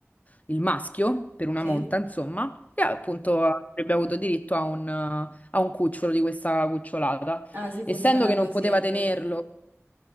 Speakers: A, on the left; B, on the right.
A: il maschio per una
B: Sì?
A: monta, insomma, e appunto avrebbe avuto diritto a un, eh, a un cucciolo di questa cucciolata.
B: Ah, sì, funziona
A: Essendo che
B: così,
A: non poteva
B: è vero.
A: tenerlo